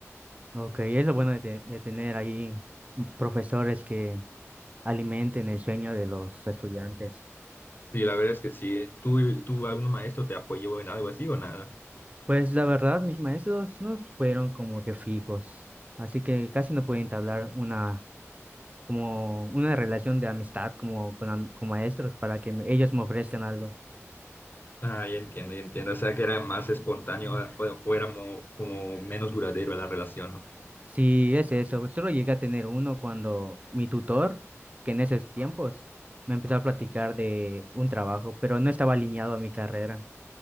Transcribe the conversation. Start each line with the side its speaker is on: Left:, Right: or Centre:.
Right: Ok, es lo bueno de, te- de tener ahí profesores que alimenten el sueño de los estudiantes.
Left: y la verdad es que sí. ¿Tú, tú algún maestro te apoyó en algo así o nada?
Right: Pues la verdad, mis maestros no fueron como que fijos, así que casi no pude entablar una, como una relación de amistad como con, am- con maestros para que me- ellos me ofrezcan algo.
Left: Ah, ya entiendo, ya entiendo. O sea, que era más espontáneo ah, o, o era mo- como menos duradero la relación, ¿no?
Right: Sí, es eso, solo llegué a tener uno cuando mi tutor, que en esos tiempos me empezó a platicar de un trabajo, pero no estaba alineado a mi carrera.